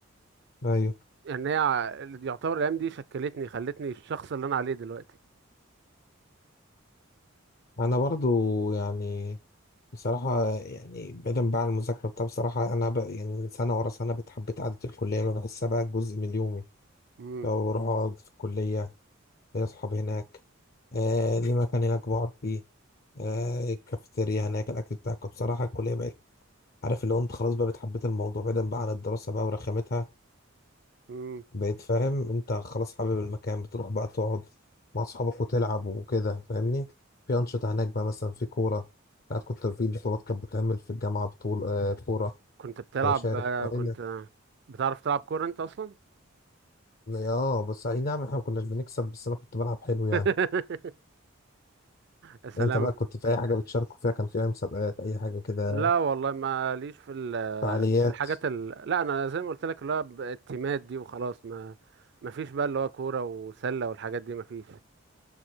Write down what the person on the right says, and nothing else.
إن هي ع- يعتبر الأيام دي شكلتني خلتني الشخص اللي أنا عليه دلوقتي
امم
امم.
كنت بتلعب
كنت بتعرف تلعب كورة انت اصلا
<laughs> يا سلام
لا والله ما ليش في ال...
في الحاجات ال... لا انا زي ما قلت لك اللي هو ب- التيمات دي وخلاص ما ما فيش بقى اللي هو كورة وسلة والحاجات دي ما فيش